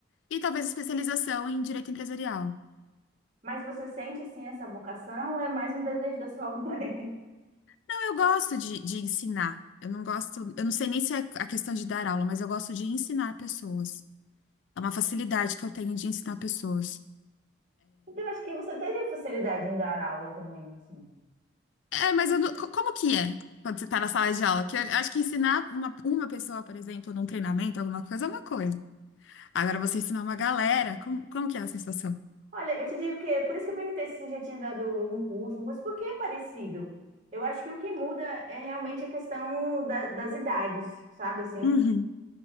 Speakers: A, on the left; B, on the right.
A: e talvez especialização em direito empresarial.
B: Mas você sente assim essa vocação ou é mais um desejo da sua mãe? <laughs>
A: Não, eu gosto de, de ensinar. Eu não gosto, eu não sei nem se é a questão de dar aula, mas eu gosto de ensinar pessoas. É uma facilidade que eu tenho de ensinar pessoas.
B: Então, acho que você teria facilidade em dar aula também, assim.
A: É, mas eu não- co- como que é quando você tá na sala de aula? Que eu acho que ensinar uma, uma pessoa, por exemplo, num treinamento, alguma coisa, é uma coisa. Agora você ensinar uma galera, como, como que é a sensação?
B: Olha, eu te digo que é por isso que eu perguntei se você já tinha dado algum curso, mas por que é parecido? Eu acho que o que muda é realmente a questão da- das idades, sabe assim?
A: Uhum,